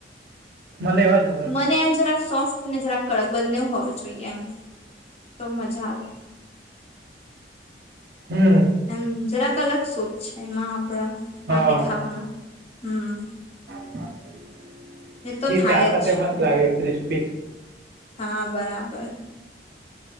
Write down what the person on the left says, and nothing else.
મને એમ જરાક સોફ્ટ ને જરાક કડક બંને હોવી જોઈએ એમ. તો મજા આવે.
એમ જરાક અલગ શોધ છે એમાં આપણા
આપડી ખાવામાં હમ!
એ તો થાય
છે
હવે,
હા બરાબર!